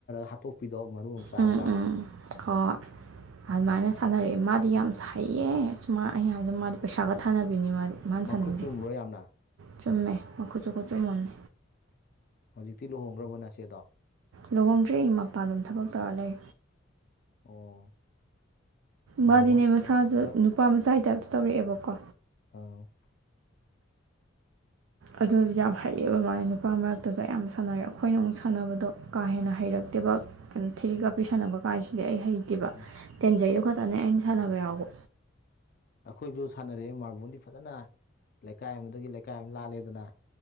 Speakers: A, on the left; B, on the right.
A: ꯍꯥꯣꯛ ꯅꯨꯄꯤꯗꯣ ꯃꯔꯨ ꯆꯥꯔꯒ
B: ꯎꯝ ꯎꯝ ꯍꯣꯏ ꯑꯗꯨꯃꯥꯏꯅ ꯁꯥꯟꯅꯔꯛꯑꯦ ꯃꯥꯗꯤ ꯌꯥꯝ ꯁꯩꯌꯦ ꯁꯨꯃꯥꯏꯅ ꯑ ꯍꯥꯏꯗ ꯃꯥꯗꯤ ꯄꯩꯁꯥꯒ ꯊꯥꯟꯅꯕꯤꯅꯤ ꯃꯥꯗꯤ ꯃꯥꯅ
A: ꯃꯈꯨꯠ
B: ꯁꯥꯟꯅꯩꯁꯦ
A: ꯆꯨꯝꯕ꯭ꯔꯣ ꯌꯥꯝꯅ
B: ꯆꯨꯝꯃꯦ ꯃꯈꯨꯠꯁꯨ ꯈꯨꯠ ꯆꯨꯝꯃꯣꯟꯃꯦ
A: ꯍꯧꯖꯤꯛꯇꯤ ꯂꯨꯍꯣꯡꯈ꯭ꯔꯕ ꯅꯁꯦꯗꯣ
B: ꯂꯨꯍꯣꯡꯗ꯭ꯔꯦ ꯑꯩ ꯃꯄꯥꯟ ꯑꯗꯨꯝ ꯊꯕꯛ ꯇꯧꯔ ꯂꯩ
A: ꯑꯣ
B: ꯄꯥꯗꯤꯅꯦ
A: ꯃꯥꯔꯕꯣꯜ ꯁꯥꯟꯅꯔꯝꯃꯒ
B: ꯃꯁꯥꯁꯨ ꯅꯨꯄꯥ ꯃꯆꯥꯒꯤ ꯇꯥꯏꯞꯇ ꯇꯧꯔꯛꯑꯦꯕꯀꯣ
A: ꯄꯥꯎ
B: ꯑꯗꯨ ꯌꯥꯝ ꯍꯩꯑꯕ ꯃꯥꯅ ꯅꯨꯄꯥ ꯃꯔꯛꯇꯁꯨ ꯑꯌꯥꯝꯕ ꯁꯥꯟꯅꯔꯦ ꯑꯩꯈꯣꯏꯅ ꯑꯃꯨꯛ ꯁꯥꯟꯅꯕꯗꯣ ꯀꯥ ꯍꯦꯟꯅ ꯍꯩꯔꯛꯇꯦꯕ ꯀꯩꯅꯣ ꯊ꯭ꯔꯤ ꯀꯥꯞꯄꯤ ꯁꯥꯟꯅꯕ ꯀꯥꯟꯁꯤꯗꯤ ꯑꯩ ꯍꯩꯇꯦꯕ
A: ꯎꯝ
B: ꯇꯦꯟꯖꯩꯗꯣ ꯈꯛꯇꯅꯦ ꯑꯩꯅ ꯁꯥꯟꯅꯕ ꯌꯥꯎꯕ
A: ꯑꯩꯈꯣꯏꯁꯨ ꯁꯥꯟꯅꯔꯛꯦ ꯃꯥꯔꯕꯣꯜꯗꯤ ꯐꯖꯅ ꯂꯩꯀꯥꯏ ꯑꯃꯗꯒꯤ ꯂꯩꯀꯥꯏ ꯑꯃ ꯂꯥꯜꯂꯦꯗꯅ